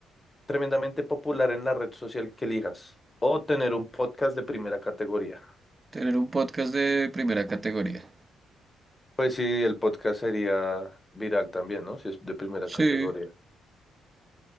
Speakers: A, on the left; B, on the right.
A: tremendamente popular en la red social que elijas o tener un podcast de primera categoría.
B: Tener un podcast de primera categoría.
A: Pues sí, el podcast sería viral también, ¿no? Si es de primera
B: Sí.
A: categoría.